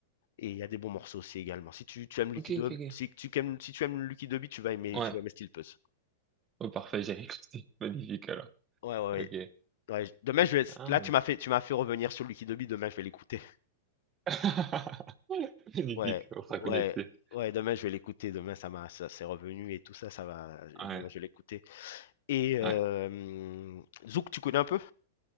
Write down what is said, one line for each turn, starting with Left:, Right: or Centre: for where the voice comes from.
Left: et il y a des bons morceaux aussi également. Si tu, tu aimes
Right: Ok,
Left: Lucky Dube,
Right: ok, ok.
Left: si tu aimes si tu aimes Lucky Dube, tu vas aimer
Right: Ouais.
Left: tu vas aimer Steel Puss.
Right: Oh, parfait, j'ai réécouté. <laughs> Magnifique, alors.
Left: Ouais, ouais, ouais.
Right: Ok.
Left: Ouais, je- demain je vais.
Right: Ah.
Left: Là tu m'as fait, tu m'as fait revenir sur Lucky Dobby. Demain je vais l'écouter.
Right: <laughs> Magnifique,
Left: Ouais,
Right: on sera
Left: ouais,
Right: connecté.
Left: ouais. Demain je vais l'écouter. Demain ça m'a, ça c'est revenu et tout ça, ça va.
Right: Ouais,
Left: Demain je vais l'écouter. Et euh,
Right: ouais.
Left: Zouk, tu connais un peu?